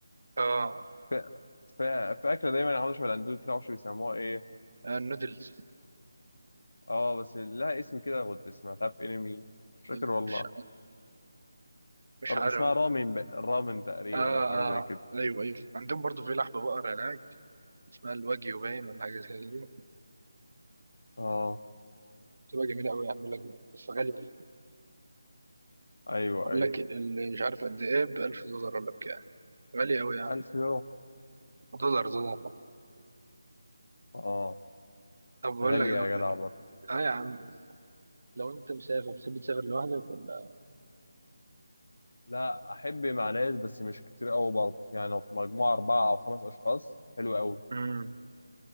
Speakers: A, on the right; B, on the left.
A: اه
B: في, في, في اكله دايما عامله شبه الاندومي كده معرفش بيسموها ايه
A: آه، النودلز
B: اه بس لها اسم كده كنت سمعتها في انمي مش فاكر
A: آه،
B: والله
A: مش مش
B: ر-
A: عارف
B: اسمها رامن ب... رامن تقريبا
A: اه
B: او حاجه زي
A: اه
B: كده
A: ايوه ايوه عندهم برضو في لحم بقر هناك اسمها الواجيو باين ولا حاجه زي دي
B: اه
A: بتبقى جميله قوي يعني بيقول لك بس غاليه
B: ايوه
A: بيقول
B: ايوه
A: لك ال- ال- مش عارف قد ايه ب 1000 دولار ولا بكام غاليه قوي يعني
B: 1000 يورو
A: دولار دولار
B: اه
A: طب بقول
B: غاليه
A: لك لو...
B: يا
A: لو-
B: جدع برضه
A: اه يا عم لو انت مسافر بتحب تسافر لوحدك ولا
B: لا احب مع ناس بس مش كتير قوي برضه يعني لو في مجموعه اربعه او خمس اشخاص حلو قوي
A: امم